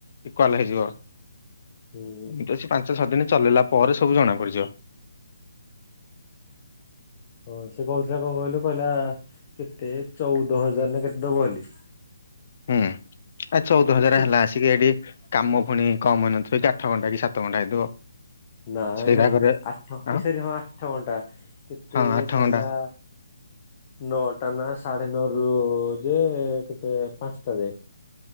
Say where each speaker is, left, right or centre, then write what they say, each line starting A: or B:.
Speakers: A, on the left; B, on the left.
A: ଇକ୍ୱ୍ଆଲ୍ ହେଇଯିବ।
B: ହୁଁ
A: ଏମିତି ତ ସେଇ ପାଞ୍ଚ ଛଅ ଦିନ ଚଲେଇଲା ପରେ ସବୁ ଜଣା ପଡିଯିବ।
B: ହଁ ସେ କହୁଥିଲା କଣ କହିଲୁ କହିଲା କେତେ ଚଉଦ ହଜାର ନା କେତେ ଦବ ବୋଲି।
A: ହୁଁ ଆ ଚଉଦ ହଜାର
B: ଛୋ
A: ହେଲା ଆସିକି ଏଠି କାମ ପୁଣି କମ ହେଇନଥିବ କି ଆଠ ଘଣ୍ଟା କି ସାତ ଘଣ୍ଟା ହେଇଥିବ।
B: ନାଇଁ
A: ସେଇରାକରେ
B: ନାଇଁ ଆଠ
A: ଆଁ
B: ଏସରି ହଁ ଆଠ ଘଣ୍ଟା କେତେ
A: ହଁ ଆଠ
B: କହିଲା
A: ଘଣ୍ଟା
B: ନଅଟା ନା ସାଢେ ନଅ ରୁ-ଉ-ଉ ଯେ କେତେ ପାଞ୍ଚଟା ଯାଏ।